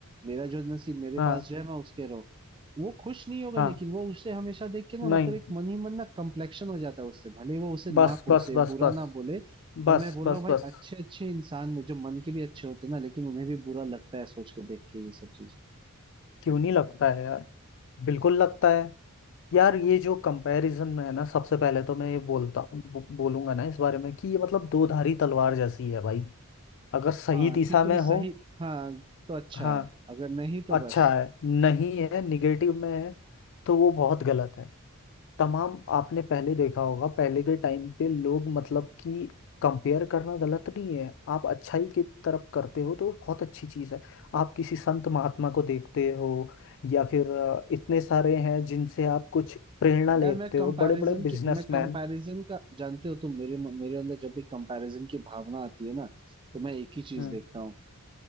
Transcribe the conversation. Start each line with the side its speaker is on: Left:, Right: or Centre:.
Right: मेरा जो नसीब मेरे
Left: हाँ
Right: पास जो है मैं उसके रहो वो खुश नहीं होगा
Left: हाँ
Right: लेकिन वो उसे हमेशा देख के ना
Left: नहीं
Right: मतलब एक मन ही मन ना कम्प्लेक्शन हो जाता है उससे भले वो उसे ना
Left: बस
Right: कोसे
Left: बस बस
Right: बुरा
Left: बस
Right: ना बोले पर
Left: बस
Right: मैं बोल
Left: बस
Right: रहा हूँ भाई
Left: बस
Right: अच्छे अच्छे इंसान में जो मन के भी अच्छे होते हैं ना लेकिन उन्हें भी बुरा लगता है सोच के देख के ये सब चीज
Left: क्यों नहीं लगता है यार बिल्कुल लगता है यार ये जो कंपैरिजन में है ना सबसे पहले तो मैं ये बोलता बो, बोलूंगा ना इस बारे में कि ये मतलब दोधारी तलवार जैसी है भाई अगर सही
Right: हाँ
Left: दिशा
Right: कि
Left: में
Right: तुम सही
Left: हो
Right: हाँ तो अच्छा
Left: हाँ
Right: है अगर नहीं तो
Left: अच्छा
Right: बस
Left: है नहीं है निगेटिव में है तो वो बहुत गलत है तमाम आपने पहले देखा होगा पहले के टाइम पे लोग मतलब कि कंपेयर करना गलत नहीं है आप अच्छाई की तरफ करते हो तो बहुत अच्छी चीज़ है आप किसी संत महात्मा को देखते हो या फिर अ, इतने सारे हैं जिनसे आप कुछ प्रेरणा लेते
Right: यार मैं कंपैरिजन
Left: हो बड़े बड़े बिजनेसमैन
Right: के मैं कंपैरिजन का जानते हो तुम मेरे मेरे अंदर जब भी कंपैरिजन की भावना आती है ना तो मैं एक ही चीज
Left: हम्म
Right: देखता हूँ